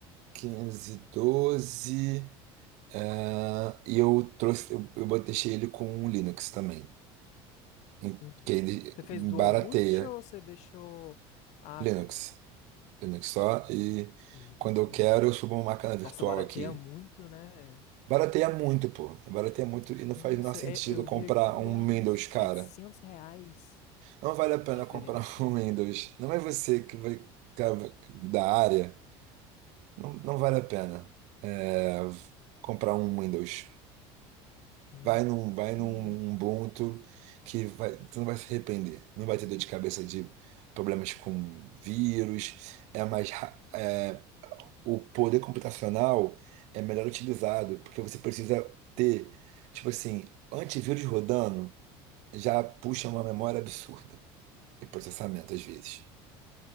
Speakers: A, on the right (about 65°); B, on the left (about 60°).
A: 512. ah, e eu trouxe, eu, eu deixei ele com um Linux também, em-
B: Uhum.
A: que ele
B: Você fez dual
A: barateia
B: boot ou você deixou. Ah,
A: Linux.
B: tá.
A: Linux só. E
B: Entendi, entendi.
A: quando eu
B: Uhum.
A: quero, eu subo uma máquina virtual
B: Nossa, barateia
A: aqui.
B: muito, né?
A: Barateia muito, pô. Barateia muito e não faz
B: Nossa,
A: o menor sentido
B: é- eu vi
A: comprar
B: aqui
A: um
B: é uns
A: Windows, cara.
B: 700 reais
A: Não vale a
B: de
A: pena
B: diferença.
A: comprar <laughs> um Windows. Não é você que vai que é da área. Não, não vale a pena é, comprar um Windows.
B: Hum,
A: Vai num, vai
B: entendi.
A: num Ubuntu que vai, tu não vai se arrepender. Não vai ter dor de cabeça de problemas com vírus. É mais, ra- é, o poder computacional é melhor utilizado, porque você precisa ter, tipo assim, antivírus rodando já puxa uma memória absurda e processamento às vezes.